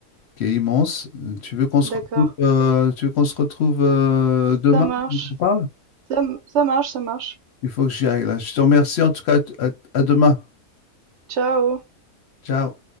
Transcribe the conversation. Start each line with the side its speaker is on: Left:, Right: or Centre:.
Left: qui est immense. Euh, Tu veux qu'on se
Right: D'accord.
Left: retrouve, euh, tu veux qu'on se retrouve euh, demain?
Right: Ça marche.
Left: On en parle?
Right: Ça, ça marche, ça marche.
Left: Il faut que j'y aille là. Je te remercie en tout cas. à à demain.
Right: Ciao.
Left: Ciao.